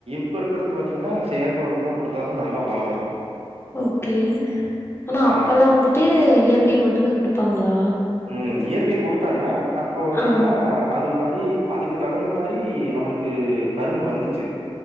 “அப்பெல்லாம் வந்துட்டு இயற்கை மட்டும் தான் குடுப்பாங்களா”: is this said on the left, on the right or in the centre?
Left